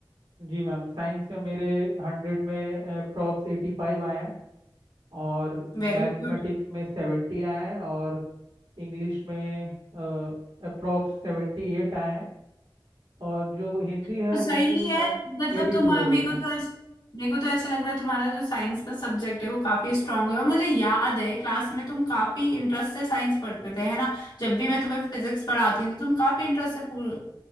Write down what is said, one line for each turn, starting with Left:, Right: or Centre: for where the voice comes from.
Right: जी मैम साइंस में मेरे हंड्रेड में अप्रॉक्स एटी फाइव आए हैं और
Left: Very
Right: मैथमेटिक्स
Left: good
Right: में सेवेंटी आए हैं और इंग्लिश में अप्रॉक्स सेवेंटी एट आए हैं और जो हिंदी
Left: तो
Right: है
Left: सही
Right: हिंदी में
Left: है
Right: मैम
Left: मतलब
Right: एटी
Left: तुम
Right: टू वगैरह
Left: मेरे को तो ऐस- मेरे को तो ऐसा लग रहा है तुम्हारा जो साइंस का सब्जेक्ट है वो काफी स्ट्रांग है और मुझे याद है क्लास में तुम काफी इंटरेस्ट से साइंस पढ़ते थे है ना जब भी मैं तुम्हें फिजिक्स पढ़ाती थी तुम काफी इंटरेस्ट से पूर-